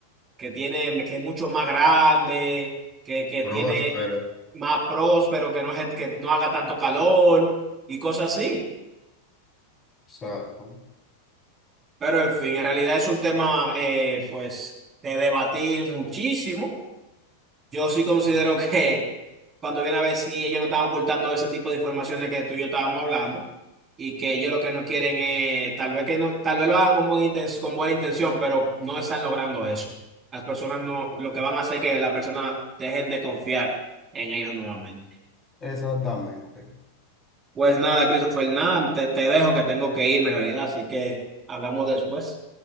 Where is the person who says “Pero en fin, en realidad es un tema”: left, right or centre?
Right